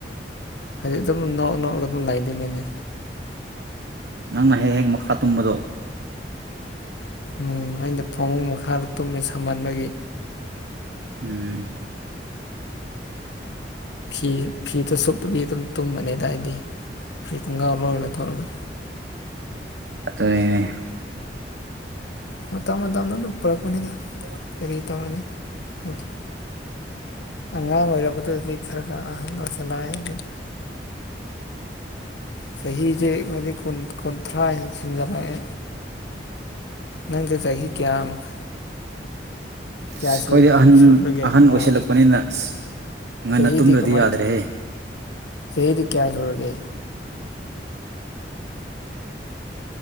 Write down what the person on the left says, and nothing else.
ꯍꯧꯖꯤꯛ ꯑꯗꯨꯝ ꯅꯣꯛ ꯅꯧꯔꯒ ꯑꯗꯨꯝ ꯂꯩꯗꯨꯏꯅꯤꯅꯦ꯫
ꯎꯝ ꯑꯩꯅ ꯐꯥꯃꯨꯡ ꯃꯈꯥꯗ ꯇꯨꯝꯃꯦ ꯁꯥꯃꯟꯕꯒꯤ꯫
ꯐꯤ ꯐꯤꯗꯣ ꯁꯨꯞꯇꯕꯤ ꯑꯗꯨꯝ ꯇꯨꯝꯕꯅꯤꯗ ꯑꯩꯗꯤ ꯐꯨꯔꯤꯠ ꯈꯣꯡꯒꯥꯎ ꯂꯣꯏ ꯂꯧꯊꯣꯛꯔꯒ
ꯃꯇꯝ ꯃꯇꯝꯅ ꯑꯗꯨꯝ ꯄꯨꯔꯛꯄꯅꯤꯗ
ꯀꯔꯤ ꯇꯧꯔꯅꯤ <unintelligible> ꯑꯉꯥꯡ ꯑꯣꯏꯔꯛꯄꯗꯥꯗꯤ ꯈꯔ ꯈꯔ ꯑꯍꯟ ꯑꯣꯏꯁꯤꯜꯂꯥꯛꯑꯦ ꯍꯨꯖꯤꯛ ꯆꯍꯤꯖꯦ ꯍꯧꯖꯥꯛ ꯀꯨꯟ ꯀꯟꯊ꯭ꯔꯥ ꯍꯦꯟ ꯁꯤꯟꯖꯤꯜꯂꯛꯑꯦ ꯅꯪꯖꯦ ꯆꯍꯤ ꯀꯌꯥꯃꯨꯛ
ꯀꯌꯥ
ꯁꯨ
ꯁꯨꯈ꯭ꯔꯥꯒꯦ
ꯑꯣ
ꯆꯍꯤꯗꯤ
ꯀꯃꯥꯏꯠ
ꯆꯍꯤꯗꯤ ꯀꯌꯥꯁꯨꯨꯔꯒꯦ